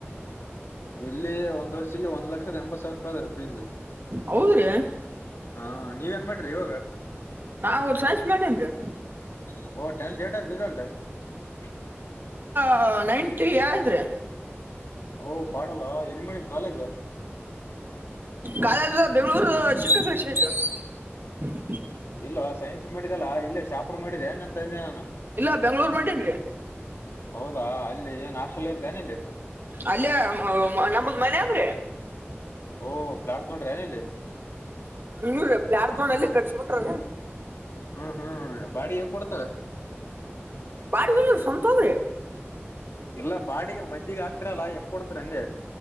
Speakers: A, on the left (about 70°); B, on the right (about 50°).
A: <inaudible> ಇಲ್ಲಿ ಒಂದ್ ವರ್ಷಿಗೆ ಒಂದ್ ಲಕ್ಷದ ಎಂಬತ್ತು ಸಾವಿರ ರೂಪಾಯಿ ಆದ್ರಿ ಫೀಸ್
B: ಹೌದ್ರಿ
A: <inaudible> ಹಾ ನೀವೇನ್ ಮಾಡ್ರಿ ಇವಾಗ
B: ನಾವು ಸೈನ್ಸ್ ಮೇಲಿನ್ರೀ
A: <unintelligible>
B: ಹಾ ನೈಟಿ ಹೇಳಿದ್ರಿ
A: <unintelligible> ಎಲ್ಲಿ ಮಾಡಿದ್ ಕಾಲೇಜ್
B: ಕಾಲೇಜು ಬೆಂಗಳೂರು <unintelligible>
A: ಇಲ್ಲ ಸೈನ್ಸ್ ಮಾಡಿದಲ್ಲ ಇಲ್ಲೇ ಶಾಪುರ್ ಮಾಡಿದೆ ನಂತಂದೆ ನಾನು
B: ಇಲ್ಲ ಬೆಂಗ್ಗಳೂರ್ ಮಾಡಿನ್ರಿ
A: ಹೌದಾ ಅಲ್ಲಿ ಏನ್ ಹಾಸ್ಟೆಲ್ ಇರ್ತೀಯ ಏನ್ ಇಲ್ಲಿ
B: ಅಲ್ಲಯ ನಮಗ್ ಮನೆ ಅದಾದ್ರಿ
A: ಓಹ ಪ್ಲಾಟ್ ತೊಂಡ್ರ ಏನಲ್ಲಿ
B: <unintelligible>
A: ಹ್ಮ್ ಹ್ಮ್ ಬಾಡಿ ಹೆಂಗ್ ಕೊಡ್ತಾರ
B: ಬಾಡಿಗೆ ಅಲ್ಲ ಸ್ವಂತದ್ರಿ
A: ಇಲ್ಲಾ ಬಾಡಿಗೆ ಮಂದಿಗೆ ಆಗ್ತಿರಲ್ಲಾ ಹೆಂಗ್ ಕೊಡ್ತರ ಅಂದೆ